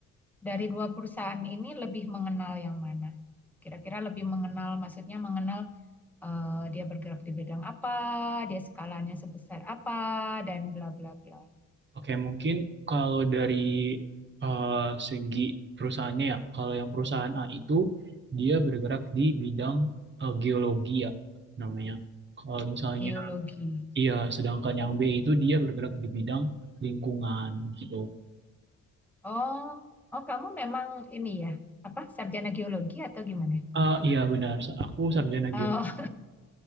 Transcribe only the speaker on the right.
Oke, mungkin kalau dari uh, segi perusahaannya ya, kalau yang perusahaan A itu dia bergerak di bidang uh, geologi ya namanya. Kalau misalnya
iya, sedangkan yang B itu dia bergerak di bidang lingkungan gitu.
Ah iya benar, aku sarjana
geologi